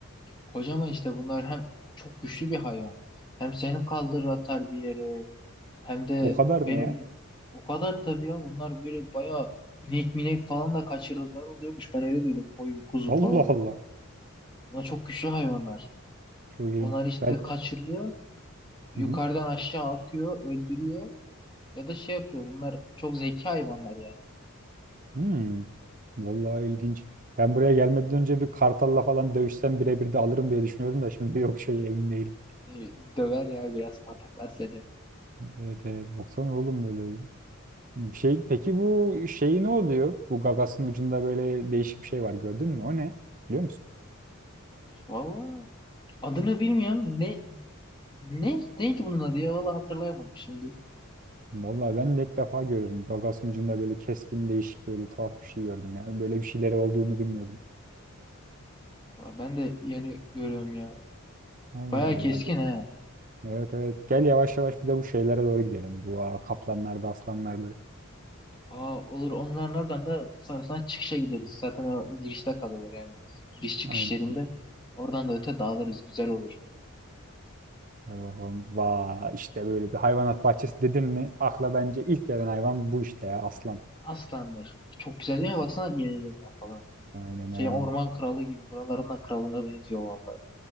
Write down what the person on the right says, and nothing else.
O kadar mı
ya?
Allah
Allah.
Çok ilginç.
Ben...
Hı hı.
Hmm. Vallahi ilginç. Ben buraya gelmeden önce bir kartalla falan dövüşsem birebir de alırım diye düşünüyordum da şimdi yok şey emin değilim.
Evet, evet. Baksana oğlum böyle bir şey. Peki bu şey ne oluyor? Bu gagasın ucunda böyle değişik bir şey var gördün mü? O ne? Biliyor musun?
Vallahi ben de ilk defa görüyorum. Gagasın ucunda böyle keskin değişik böyle tuhaf bir şey gördüm ya. Böyle bir şeyleri olduğunu bilmiyordum.
Allah
Allah.
Gel.
Evet evet. Gel yavaş yavaş bir de bu şeylere doğru gidelim. Bu aa, kaplanlardı, aslanlardı.
Aynen.
E bakalım. Vay işte böyle bir hayvanat bahçesi dedin mi akla bence ilk gelen hayvan bu işte ya aslan.
Aynen
aynen.